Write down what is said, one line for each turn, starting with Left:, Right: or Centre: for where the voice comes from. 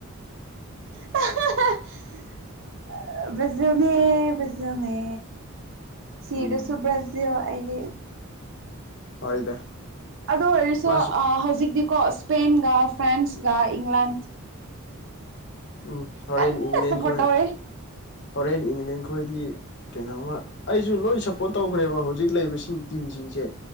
Right: <unintelligible> ꯕ꯭ꯔꯖꯤꯜꯅꯦ ꯕ꯭ꯔꯖꯤꯅꯦ ꯁꯤꯔꯁꯨ
Left: ꯎꯝ
Right: ꯕ꯭ꯔꯖꯤꯜ ꯑꯩꯗꯤ
Left: ꯍꯣꯏꯗ
Right: ꯑꯗꯨ ꯑꯣꯏꯔꯁꯨ
Left: ꯃꯥꯁꯨ
Right: ꯍꯧꯖꯤꯛꯇꯤꯀꯣ ꯏꯁꯄꯦꯟꯒ ꯐ꯭ꯔꯥꯟꯁꯀ ꯏꯪꯂꯦꯟ
Left: ꯎꯝ ꯍꯣꯔꯦꯟ
Right: ꯀꯟꯅ
Left: ꯏꯪꯂꯦꯟ
Right: ꯁꯞꯄꯣꯔꯠ
Left: ꯈꯣꯏ
Right: ꯊꯧꯔꯤ
Left: ꯍꯣꯔꯦꯟ ꯏꯪꯂꯦꯟꯈꯣꯏꯗꯤ ꯀꯩꯅꯣꯝꯃ ꯑꯩꯁꯨ ꯂꯣꯏ ꯁꯞꯄꯣꯔꯠ ꯇꯧꯈ꯭ꯔꯦꯕ ꯍꯧꯖꯤꯛ ꯂꯩꯔꯤꯕꯁꯤꯡ ꯇꯤꯝꯁꯤꯡꯁꯦ